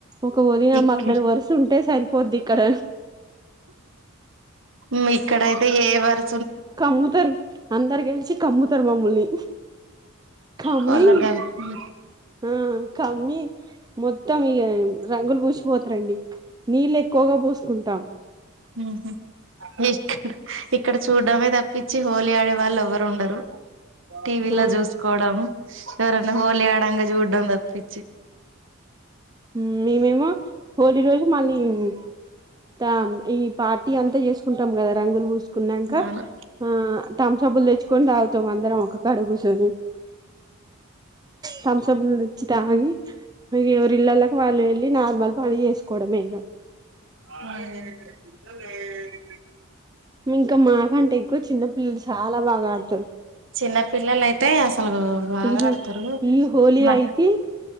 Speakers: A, on the right; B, on the right.
A: ఒక వదిన
B: ఇక్క
A: మరదలు వరుస ఉంటే సరి పొద్దిక్కడ
B: మ్ ఇక్కడయితే ఏ వర్
A: కమ్ముతారు అందరికి ఎల్సి కమ్ముతరు మమ్ముల్ని కమ్మి
B: కోళ్ళం కంపెనీలు
A: ఆ కమ్మి మొత్తం ఇగ రంగులు పూసిపోతరండి నీళ్ళు ఎక్కువగా పూసుకుంటాం
B: ఉ ఊహ్ వేస్ట్ ఇక్కడ చూడ్డమే దప్పి చ్చి హోలీ ఆడే వాళ్ళు ఎవ్వరు ఉండరు టీవీ
A: ఆ
B: లో చూసుకోవడం ఎవరన్నా హోళి ఆడంగా జూడ్ తం దప్పి
A: మ్ ఈమేమో హోళి రోజు మళ్లి ఉ త ఈ పార్టీ అంతా చేసుకుంటాం కదా రంగులు వూసు కున్నంక
B: అవును
A: ఆ తంసప్లు తెచ్చుకొని తాగుతం అందరం ఒక కడుగుసుొని తంసప్ లు తెచ్చి తాగి మి ఎవరి ఇల్లాలకు వెళ్లి నార్మల్ పని వెసుకోవడమేగా
B: మ్మ్
A: ఇంక మాకంటే ఎక్కువ చిన్న పిల్లలు చాల బాగా ఆడుతరు.
B: చిన్న పిల్లలు అయితే అసలు బాగా
A: ఈ రో
B: ఆడతారు
A: ఈ హోళీ
B: మా
A: అయితే